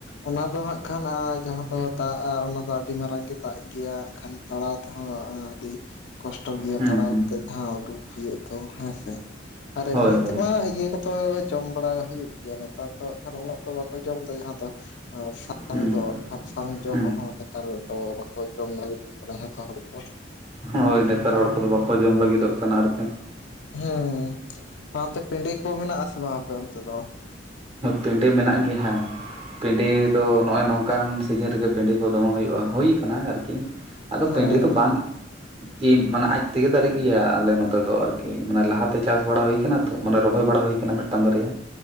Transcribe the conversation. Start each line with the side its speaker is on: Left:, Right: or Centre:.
Left: ᱚᱱᱟ ᱫᱚ ᱦᱟᱸᱜ, ᱠᱷᱟᱱᱟ ᱡᱟᱸᱦᱟ ᱫᱚ ᱫᱟᱜᱼᱟ ᱚᱱᱟ ᱫᱚ ᱟᱹᱰᱤ ᱢᱟᱨᱟᱝ ᱜᱮ ᱫᱟᱜ ᱜᱮᱭᱟ᱾ ᱠᱷᱟᱹᱞᱤ ᱛᱟᱲᱟᱣ ᱛᱮᱦᱚᱸ ᱟᱹᱰᱤ ᱠᱚᱥᱴᱚ ᱜᱮᱭᱟ
Right: ᱦᱩᱸ
Left: ᱛᱟᱲᱟᱣ
Right: ᱦᱩᱸ
Left: ᱛᱮ᱾ ᱡᱟᱦᱟ ᱩᱰᱩᱠ ᱦᱩᱭᱩᱜ ᱛᱚ ᱦᱮᱸᱥᱮ ᱟᱨ ᱮᱢᱱᱤ
Right: ᱦᱳᱭ ᱦᱳᱭ
Left: ᱛᱮᱢᱟ ᱤᱭᱟᱹ ᱠᱚ ᱫᱚ ᱡᱚᱢ ᱵᱟᱲᱟ ᱦᱩᱭᱩᱜ ᱜᱮᱭᱟ, ᱱᱮᱛᱟᱨ ᱫᱚ ᱦᱟᱜ ᱠᱷᱟᱱ ᱩᱱᱟᱹᱜ ᱫᱚ ᱵᱟᱠᱚ ᱡᱚᱢ ᱫᱟ ᱡᱟᱸᱦᱟ ᱫᱚ, <unintelligible>
Right: ᱦᱩᱸ
Left: ᱫᱚ ᱥᱟᱝ ᱡᱚ
Right: ᱦᱩᱸ
Left: ᱠᱚᱦᱚᱸ ᱱᱮᱛᱟᱨ ᱫᱚ ᱵᱟᱠᱚ ᱡᱚᱢ ᱞᱟᱹᱜᱤᱫᱚᱜ ᱠᱟᱱᱟ ᱡᱷᱚᱛᱚ ᱦᱚᱲ ᱫᱚ᱾
Right: ᱦᱳᱭ ᱱᱮᱛᱟᱨ ᱦᱚᱲ ᱠᱚᱫᱚ ᱵᱟᱠᱚ ᱡᱚᱢ ᱞᱟᱹᱜᱤᱫᱚᱜ ᱠᱟᱱᱟ ᱟᱨᱠᱤ᱾
Left: ᱦᱮᱸ ᱥᱟᱶᱛᱮ ᱯᱮᱸᱰᱮ ᱠᱚ ᱢᱮᱱᱟᱜ-ᱟ ᱥᱮ ᱵᱟᱝ ᱟᱯᱮ ᱚᱱᱛᱮ ᱫᱚ?
Right: ᱯᱮᱸᱰᱮ ᱢᱮᱱᱟᱜ ᱜᱮᱭᱟ᱾ ᱯᱮᱸᱰᱮ ᱫᱚ ᱱᱚᱜᱼᱚᱭ ᱱᱚᱝᱠᱟᱱ ᱥᱤᱡᱤᱱ ᱨᱮᱜᱮ ᱯᱮᱸᱰᱮ ᱠᱚ ᱫᱚ ᱦᱩᱭᱩᱜᱼᱟ, ᱦᱩᱭ ᱠᱟᱱᱟ ᱟᱨᱠᱤ᱾ ᱟᱫᱚ ᱯᱮᱸᱰᱮ
Left: ᱦᱮᱸ
Right: ᱫᱚ ᱵᱟᱝ ᱠᱤ ᱢᱟᱱᱮ ᱟᱡ ᱛᱮᱜᱮ ᱫᱟᱨᱮᱜ ᱜᱮᱭᱟ, ᱟᱞᱮ ᱱᱚᱛᱮ ᱫᱚ ᱟᱨᱠᱤ ᱢᱟᱱᱮ ᱞᱟᱦᱟᱛᱮ ᱪᱟᱥ ᱵᱟᱲᱟ ᱦᱩᱭ ᱠᱟᱱᱟ ᱛᱚ ᱢᱟᱱᱮ ᱨᱚᱦᱚᱭ ᱵᱟᱲᱟ ᱦᱩᱭ ᱠᱟᱱᱟ ᱢᱤᱫᱴᱮᱱ ᱢᱤᱫᱴᱟᱝ ᱵᱟᱨᱭᱟ